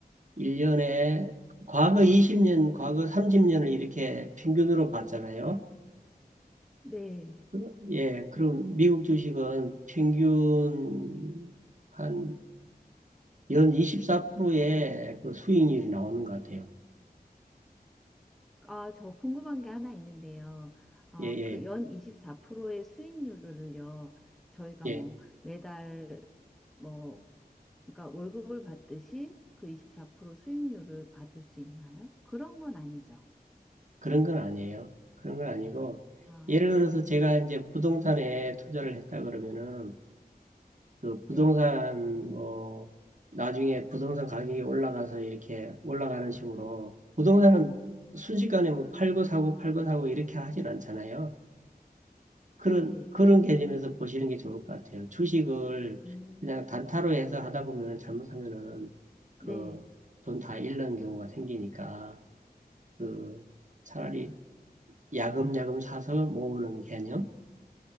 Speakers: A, on the right; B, in the centre.
A: 1년에 과거 20년, 과거 30년을 이렇게 평균으로 봤잖아요.
B: 네.
A: 그- 예, 그럼 미국 주식은 평균 한 연 24%의 그 수익률이 나오는 것 같아요.
B: 아, 저 궁금한 게 하나 있는데요. 아,
A: 예, 예,
B: 그 연 24%의 수익률을요, 저희가
A: 예.
B: 뭐 매달 뭐, 그러니까 월급을 받듯이 그 24% 수익률을 받을 수 있나요? 그런 건 아니죠.
A: 그런 건 아니에요. 그런 건 아니고,
B: 아,
A: 예를 들어서 제가 이제 부동산에 투자를 했다 그러면은, 그 부동산,
B: 네.
A: 뭐, 나중에 부동산 가격이 올라가서 이렇게 올라가는 식으로, 부동산은 순식간에 뭐 팔고 사고 팔고 사고 이렇게 하진 않잖아요. 그런,
B: 네.
A: 그런 개념에서 보시는 게 좋을 것 같아요. 주식을
B: 음,
A: 그냥 단타로 해서 하다 보면 잘못하면은, 그,
B: 네.
A: 돈 다 잃는 경우가 생기니까, 그, 차라리 야금야금 사서 모으는 개념?